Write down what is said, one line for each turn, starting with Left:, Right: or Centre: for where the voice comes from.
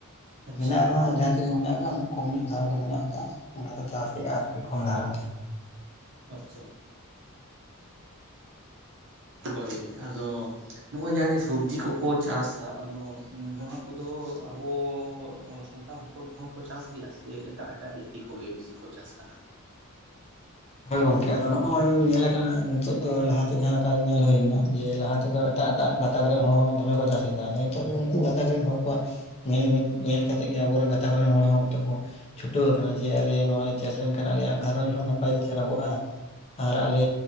Right: ᱟᱪᱪᱷᱟ
Left: ᱢᱮᱱᱟᱜ ᱨᱮᱦᱚᱸ <unintelligible> ᱤᱧ ᱢᱮᱱᱟᱜ ᱠᱟᱫᱼᱟ ᱩᱱᱟᱹᱜ ᱠᱚᱢ ᱧᱚᱜ ᱫᱷᱟᱨᱟ ᱜᱮ ᱢᱮᱱᱟᱜ ᱟᱠᱟᱫᱼᱟ ᱚᱰᱮ ᱠᱚ ᱪᱟᱥᱮᱜᱼᱟ ᱟᱨᱠᱤ ᱠᱚᱢ ᱫᱷᱟᱨᱟ ᱜᱮ
Right: ᱟᱪᱪᱷᱟ ᱦᱳᱭ ᱟᱫᱚ ᱱᱚᱜᱼᱚᱭ ᱡᱟᱦᱟᱸ ᱡᱮ ᱥᱚᱵᱡᱤ ᱠᱚᱠᱚ ᱪᱟᱥᱟ ᱟᱫᱚ ᱱᱚᱣᱟ ᱠᱚᱫᱚ ᱟᱵᱚ ᱥᱟᱱᱛᱟᱲ ᱦᱚᱯᱚᱱ ᱠᱚᱦᱚᱸ ᱠᱚ ᱪᱟᱥ ᱜᱮᱭᱟ ᱥᱮ ᱮᱴᱟᱜ ᱮᱴᱟᱜ ᱡᱟᱹᱛᱤ ᱠᱚᱜᱮ ᱵᱤᱥᱤ ᱠᱚ ᱪᱟᱥ ᱠᱟᱱᱟ
Left: ᱦᱳᱭ ᱜᱚᱝᱠᱮ ᱟ ᱱᱚᱜ ᱚᱭ ᱧᱮᱞ ᱠᱟᱱᱟ ᱱᱤᱛᱚᱜ ᱫᱚ ᱞᱟᱦᱟᱛᱮ ᱡᱟᱦᱟᱸ ᱞᱮᱠᱟ ᱧᱮᱞ ᱦᱩᱭᱱᱟ ᱡᱮ ᱞᱟᱦᱟ ᱛᱮᱫᱚ ᱮᱴᱟᱜ ᱛᱟᱜ ᱜᱟᱛᱟᱠ ᱨᱮᱱ ᱦᱚᱲ ᱦᱚᱸ ᱫᱚᱢᱮ ᱠᱚ ᱪᱟᱥᱮᱫᱟ ᱟᱫᱚ ᱱᱤᱛᱚᱜ ᱫᱚ ᱩᱱᱠᱩ ᱜᱟᱛᱟᱠ ᱨᱮᱱ ᱦᱚᱲ ᱟᱠᱚᱣᱟᱜ ᱧᱮᱞ ᱧᱮᱞ ᱠᱟᱛᱮᱫ ᱜᱮ ᱟᱵᱚᱨᱮᱱ ᱜᱟᱛᱟᱠᱨᱮᱱ ᱦᱚᱲ ᱦᱚᱸ ᱱᱤᱛᱚᱜ ᱠᱚ ᱪᱷᱩᱴᱟᱹᱣ ᱱᱟ ᱡᱮ ᱟᱞᱮ ᱱᱚᱣᱟ ᱞᱮ ᱪᱟᱥ ᱞᱮᱱᱠᱷᱟᱱ ᱟᱞᱮᱭᱟᱜ ᱜᱷᱟᱷᱟᱨᱚᱧᱡᱽ ᱦᱚᱸ ᱱᱟᱯᱟᱭ ᱛᱮ ᱪᱟᱞᱟᱵᱚᱜᱼᱟ ᱟᱨ ᱟᱞᱮ